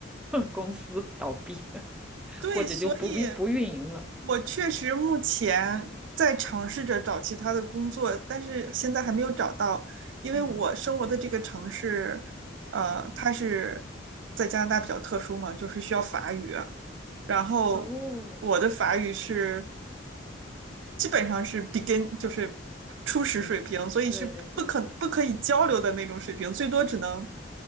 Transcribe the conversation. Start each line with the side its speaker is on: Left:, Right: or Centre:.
Centre: <laughs> 公司倒闭，<laughs>
Right: 对，
Centre: 或者就不必不运营了？
Right: 所以我确实目前在尝试着找其他的工作，但是现在还没有找到，因为我生活的这个城市，
Centre: 嗯
Right: 呃，
Centre: 嗯，
Right: 它是在加拿大比较特殊嘛，就是需要法语，然后我的法语是
Centre: 哦，
Right: 基本上是 begin，就是初始水平，
Centre: 一
Right: 所以是不可不可以交流的那种水平，
Centre: 对对对，
Right: 最多只能